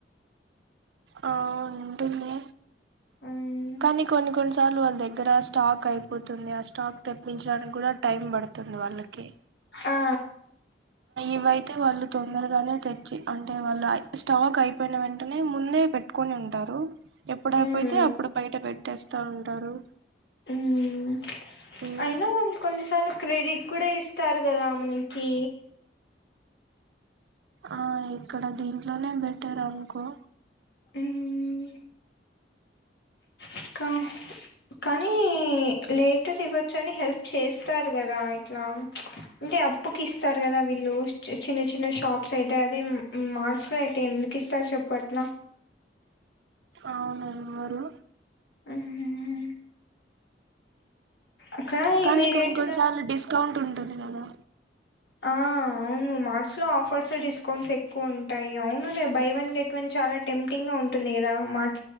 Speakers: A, on the right; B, on the left.
A: అ ఉంటంది
B: ఉమ్
A: కానీ కొన్ని కొన్ని స సార్లు వాళ్ళ దగ్గర స్టాక్ అయి పోతుంది ఆ స్టాక్ తెప్పించడానికి కూడా టైం పడుతుంది వాళ్ళకి
B: ఆ
A: ఇవయితే వాళ్ళు తొందరగానే తెచ్చి అంటే వాళ్ళు స్టాక్ అయిపోయిన వెంటనే ముందు పెట్టుకొని ఉంటారు ఎప్పుడయిపోయితే
B: ఉమ్
A: అప్పుడు బయట పెట్టేస్తా ఉంటారు
B: ఉమ్
A: ఉమ్,
B: అయినా కొన్నిసార్లు క్రేడి కూడా ఇస్తారు కదా మనకి
A: ఆ ఇక్కడ దీంట్లోనే బెటర్ అనుకో
B: ఉమ్ ఇంకా కానీ లేటర్ ఇవ్వచ్చ అని హెల్ప్ చేస్తారు కదా ఇట్లా అంటే టె అప్పుకి ఇస్తారు కదా వీళ్ళు చిన్న చిన్న షాప్స్ అయితే అదే మాల్స్ లో అయితే ఎందుకిస్తారు సేపట్ల
A: అవున వారు
B: ఉమ్ అక్కడ
A: కానీ
B: ఇమీడియట్గా
A: కొన్ని కొన్నిసార్లు డిస్కౌంట్ ఉంటుంది కదా
B: ఆ అవును మా మస్ లో ఆఫర్స్ డిస్కౌంట్స్ ఎక్కువ ఉంటాయి అవునులే బై వన్ గెట్ వన్ చాలా టెంప్టింగ్ గా ఉంటుంది కదా మార్ట్